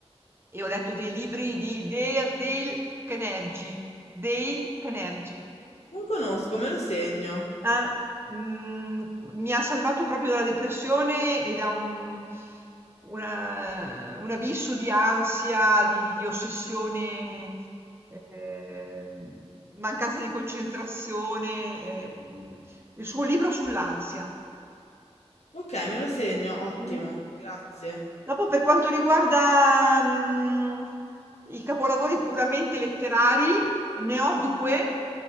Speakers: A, on the right; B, on the left.
A: e ho letto dei libri di Dea Dale Carnegie, Dale Carnegie.
B: Non conosco, me lo segno.
A: Ah, mhmm, mi ha salvato proprio dalla depressione e da un una un abisso di ansia, di di di ossessione, ehm, mancanza di concentrazione, ehm, il suo libro sull'ansia.
B: Ok, me lo segno, ottimo,
A: Mh.
B: grazie.
A: Dopo per quanto riguarda, mhmm, i capolavori puramente letterari, ne ho 2